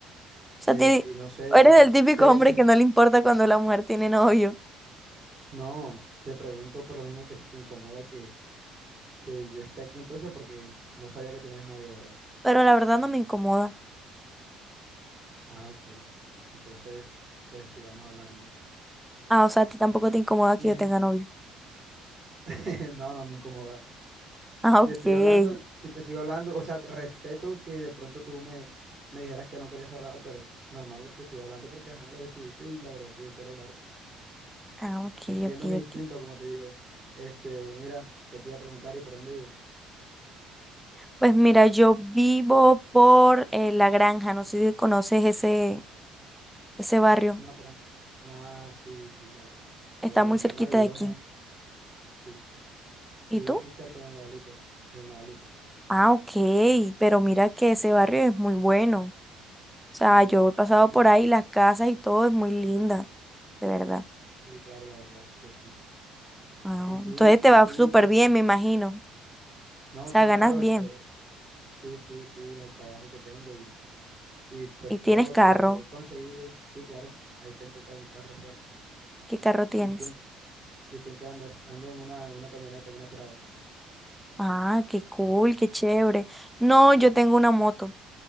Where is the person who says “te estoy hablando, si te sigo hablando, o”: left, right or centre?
Right